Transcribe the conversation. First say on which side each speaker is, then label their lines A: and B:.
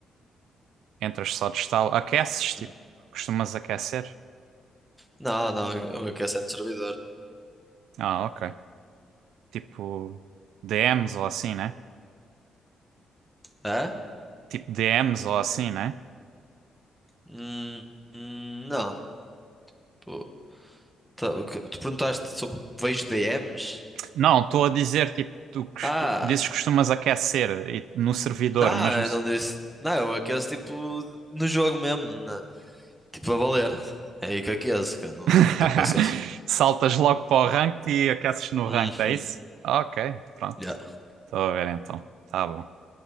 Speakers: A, on the right (about 80°); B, in the centre.
A: Entras só de estalo. Aqueces, tipo,
B: Hum.
A: costumas aquecer?
B: Não, não, eu aqueci no servidor.
A: Ah, ok. Tipo, DMs ou assim, né?
B: É?
A: Tipo, DMs ou assim, né?
B: Hum, hum, não. Pô, tá- o que- tu perguntaste sobre vejo DMs?
A: Não, estou a dizer, tipo, tu
B: Ah,
A: dizes que costumas aquecer e- no servidor,
B: não,
A: mas
B: eu
A: no...
B: não disse. Não, eu aqueço tipo no jogo mesmo, na- tipo a valer. É aí que aqueço, que não,
A: <laughs>
B: não tenho paciência.
A: saltas logo para o ranked e aqueces no
B: Uhum.
A: ranked, é isso? Ok, pronto.
B: E
A: Estou a ver então. Tá bom.